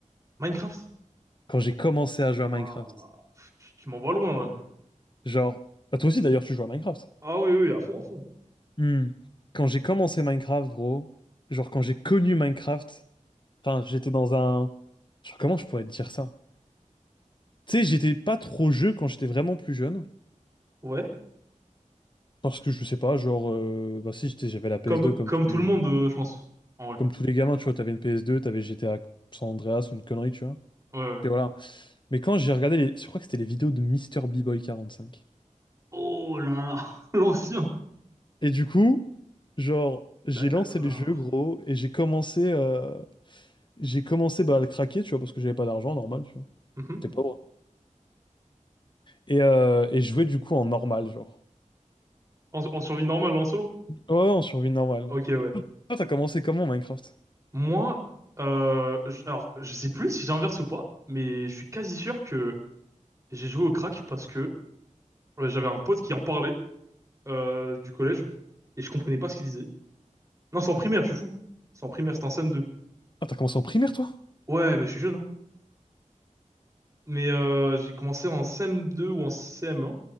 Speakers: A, on the right; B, on the left.
A: Minecraft?
B: quand j'ai commencé à jouer
A: Ouah.
B: à Minecraft,
A: Pff, Tu, tu m'envoies loin, là.
B: genre, bah, toi aussi, d'ailleurs, tu joues à Minecraft.
A: Ah oui, oui, à fond, à fond.
B: Hmm. Quand j'ai commencé Minecraft, gros, genre quand j'ai connu Minecraft, enfin j'étais dans un... Genre comment je pourrais te dire ça? Tu sais, j'étais pas trop jeu quand j'étais vraiment plus jeune.
A: Ouais.
B: Parce que je sais pas, genre, euh, bah si, j'étais- j'avais la ps
A: Comme,
B: deux comme
A: comme
B: tous
A: tout
B: les,
A: le monde, euh, je pense. En vrai.
B: comme tous les gamins, tu vois, t'avais une ps deux, t'avais GTA San Andreas ou une connerie, tu vois.
A: Ouais, ouais.
B: Et voilà. Mais quand j'ai regardé les... Je crois que c'était les vidéos de Mister b boy cinq.
A: Oh là là, <laughs> l'ancien.
B: Et du coup, genre, j'ai
A: D'accord.
B: lancé le jeu, gros, et j'ai commencé, euh, j'ai commencé bah, à le craquer, tu vois, parce que j'avais pas d'argent, normal,
A: Mhm.
B: C'est pas bon. Et, euh, et jouer du coup en normal, genre.
A: En, en survie normale, en solo.
B: Ouais, ouais, en survie normale.
A: Ok, ouais.
B: Toi, toi, t'as commencé comment Minecraft?
A: Moi, euh, je- alors, je sais plus si j'inverse ou pas, mais je suis quasi sûr que j'ai joué au crack parce que euh, j'avais un pote qui en parlait euh, du collège et je comprenais pas ce qu'il disait. Non, c'est en primaire, je suis fou. C'est en primaire, c'était en CM2.
B: Ah, t'as commencé en primaire, toi?
A: Ouais, bah, je suis jeune, hein. Mais euh, j'ai commencé en CM2 ou en CM1